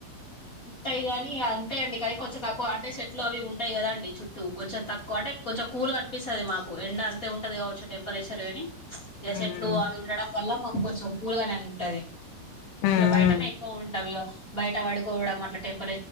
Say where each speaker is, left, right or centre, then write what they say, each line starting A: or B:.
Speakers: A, on the left; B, on the left.
A: ఉంటాయి కాని అ ఉంటాయిండి కానీ కొంచెం తక్కువ అంటే చెట్లు అవి ఉంటాయి కద అండి చుట్టూ కొంచెం తక్కువ అంటే కొంచం కూల్ కనిపిస్తది మాకు ఎండ అంతే ఉంటది కావచ్చు టెంపరేచర్ కాని ఇక
B: ఉమ్
A: చెట్లు అవి ఉండడం వల్ల మాకు కొంచెం కూలుగనే ఉంటది
B: ఉమ్
A: ఇంకా బయటనే
B: ఉమ్
A: ఎక్కువ ఉండవిగ బయట పడుకోవడం అట్లా టైం